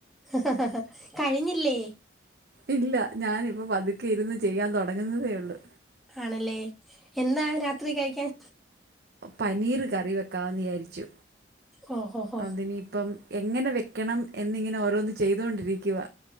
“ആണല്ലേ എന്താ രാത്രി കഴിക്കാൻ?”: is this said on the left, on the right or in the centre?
Centre